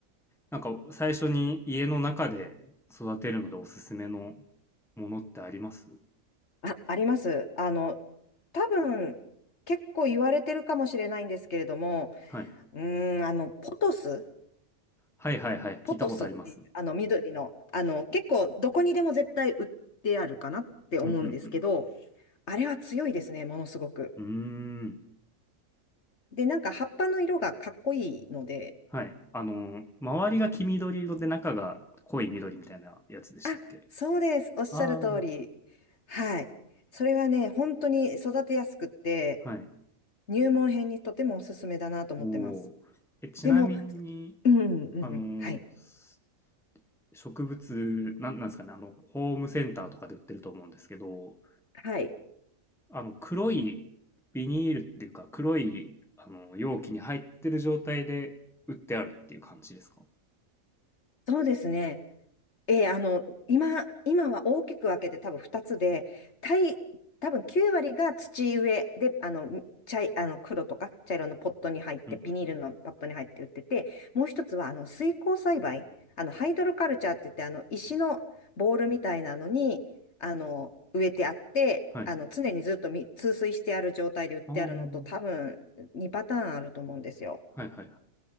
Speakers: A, in the centre; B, on the left.
A: なんか最初に家の中で育てるのでおすすめのものってあります
B: あ、あります。あの、多分、結構言われてるかもしれないんですけれども、
A: はい。
B: うん、あの、ポトス。
A: はいはいはい。
B: ポトスっていう、
A: 聞いたことあります。
B: あの、緑の、あの、結構、どこにでも絶対売ってあるかなって思うんですけど、
A: うんうん
B: あれは強いですね、ものすごく。
A: うん。うーん。
B: で、なんか葉っぱの色がかっこいいので、
A: はい。あの、周りが黄緑色で中が濃い緑みたいなやつでしたっけ
B: あ、そうです、おっしゃる通り。
A: あ
B: はい。それはね、本当に育てやすくって、
A: あーはい。
B: 入門編にとてもおすすめだなと思ってます。
A: おお。え、ちなみに、
B: でも、うん、うん、うんはい。
A: あの、す植物、なん、なんですかね、あの、ホームセンターとかで売ってると思うんですけど、
B: はい。
A: あの、黒いビニールっていうか、黒い、あの、容器に入ってる状態で売ってあるっていう感じですか
B: そうですね。ええあの、今、今は大きく分けて多分2つで、たい、多分9割が土植えで、あの、茶い、あの、黒とか茶色のポットに入って、
A: うんうんうん。
B: ビニールのパットに入って売ってて、もう一つは、あの、水耕栽培、あの、ハイドロカルチャーって言って、あの、石のボールみたいなのに、あの、植えてあって、
A: はい。
B: あの、常にずっとみ通水してある状態で売ってあるのと、
A: あ、あ、
B: 多分2パターンあると思うんですよ。
A: はいはいはい。